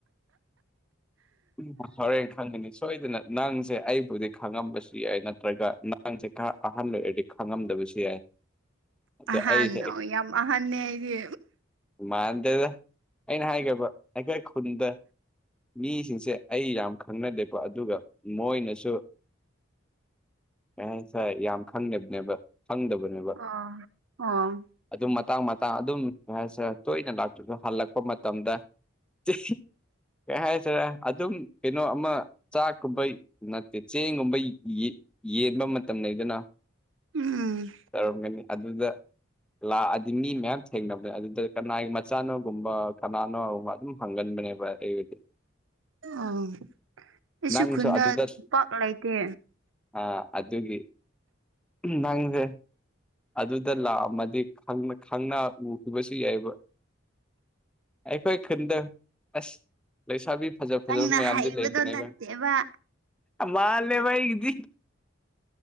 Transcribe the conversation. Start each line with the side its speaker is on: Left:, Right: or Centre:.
Centre: ꯎꯝ ꯍꯔꯦꯟ ꯈꯪꯒꯅꯤ ꯁꯣꯏꯗꯅ ꯅꯪꯁꯦ ꯑꯩꯕꯨꯗꯤ ꯈꯪꯉꯝꯕꯁꯨ ꯌꯥꯏ ꯅꯠꯇ꯭ꯔꯒ ꯅꯪꯁꯦ ꯈꯔ ꯑꯍꯟ ꯑꯣꯏꯔꯗꯤ ꯈꯪꯉꯝꯗꯕꯁꯨ ꯌꯥꯏ <inaudible> ꯑꯗ
Right: ꯑꯍꯥꯟ
Centre: ꯑꯩꯁꯦ
Right: ꯌꯥꯝ ꯑꯍꯟꯅꯦ ꯑꯩꯗꯤ
Centre: ꯃꯥꯟꯗꯦꯗ ꯑꯩꯅ ꯍꯥꯏꯒꯕ ꯑꯩꯈꯣꯏ ꯈꯨꯟꯗ ꯃꯤꯁꯤꯡ ꯆꯦ ꯑꯩ ꯌꯥꯝ ꯈꯪꯅꯗꯦꯀꯣ ꯑꯗꯨꯒ ꯃꯣꯏꯅꯁꯨ ꯃꯦꯟꯁ ꯌꯥꯝ ꯈꯪꯕꯅꯦꯕ ꯈꯪꯗꯕꯅꯦꯕ
Right: ꯑ ꯑꯣ
Centre: ꯑꯗꯨꯝ ꯃꯇꯥꯡ ꯃꯇꯥꯡ ꯑꯗꯨꯝ ꯇꯣꯏꯅ ꯂꯥꯛꯇ꯭ꯔꯁꯨ ꯍꯜꯂꯛꯄ ꯃꯇꯝꯗ <unintelligible> ꯀꯩ ꯍꯥꯏꯁꯤꯔ ꯑꯗꯨꯝ ꯀꯩꯅꯣ ꯑꯃ ꯆꯥꯛꯀꯨꯝꯕꯩ ꯅꯠꯇꯦ ꯆꯦꯡꯒꯨꯝꯕꯩ ꯌꯦ ꯌꯦꯟꯕ ꯃꯇꯝ ꯂꯩꯗꯨꯅ
Right: ꯎꯝ
Centre: ꯇꯧꯔꯝꯒꯅꯤ ꯑꯗꯨꯗ ꯂꯥꯛꯑꯗꯤ ꯃꯤ ꯃꯌꯥꯝ ꯊꯦꯡꯅꯕꯅꯦ ꯑꯗꯨꯗ ꯀꯅꯥꯒꯤ ꯃꯆꯥꯅꯣꯒꯨꯝꯕ ꯀꯅꯥꯅꯣꯒꯨꯝꯕ ꯑꯗꯨꯝ ꯐꯪꯒꯟꯕꯅꯦꯕ ꯑꯩꯗꯤ
Right: ꯑꯣ ꯑꯩꯁꯨ
Centre: ꯅꯪꯁꯨ
Right: ꯈꯨꯟꯗ
Centre: ꯑꯗꯨꯗ
Right: ꯄꯥꯛ ꯂꯩꯇꯦ
Centre: ꯑ ꯑꯗꯨꯒꯤ ꯅꯪꯁꯦ ꯑꯗꯨꯗ ꯂꯥꯛꯑꯝꯃꯗꯤ ꯈꯪꯅ ꯈꯪꯅ ꯎꯒꯤꯕꯁꯨ ꯌꯥꯏꯕ ꯑꯩꯈꯣꯏ ꯈꯟꯗ ꯑꯁ ꯂꯩꯁꯥꯕꯤ ꯐꯖ ꯐꯖꯕ
Right: ꯅꯪꯅ
Centre: ꯃꯌꯥꯝꯗꯤ
Right: ꯍꯩꯕꯗꯣ
Centre: ꯂꯩꯕꯅꯦꯒ
Right: ꯅꯠꯇꯦꯕ
Centre: ꯃꯥꯜꯂꯦꯕ ꯑꯩꯒꯤꯗꯤ